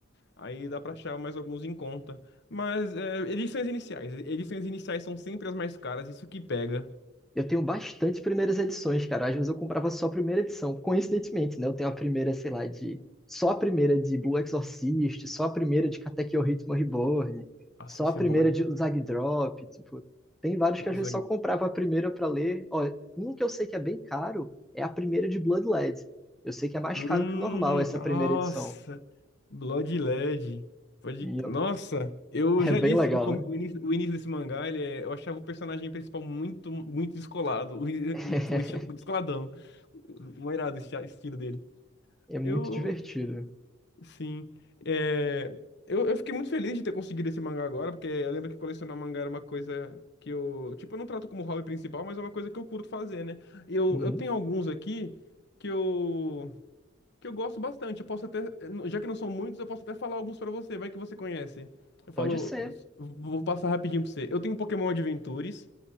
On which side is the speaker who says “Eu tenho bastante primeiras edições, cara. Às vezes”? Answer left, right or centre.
Centre